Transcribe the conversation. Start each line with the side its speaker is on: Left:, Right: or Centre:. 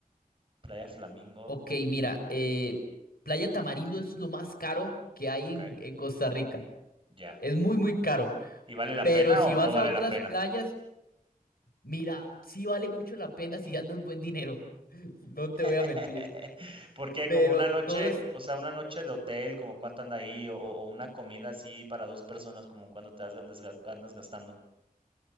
Right: Playa Flamingo,
Left: ok, mira, eh, Playa Tamarindo es lo más caro que hay
Right: ok,
Left: en, en Costa Rica.
Right: ya.
Left: Es muy, muy caro.
Right: ¿Y vale la
Left: Pero
Right: pena
Left: si
Right: o
Left: vas
Right: no vale
Left: a otras
Right: la pena?
Left: playas, mira, sí vale mucho la pena si andas buen dinero. <laughs> No te voy a
Right: <laughs>
Left: mentir.
Right: Porque
Left: Pero
Right: como una noche,
Left: todo es
Right: o sea, una noche de hotel, como cuánto anda ahí, o, o una comida así para dos personas, como cuánto te has- andas, ga- andas gastando.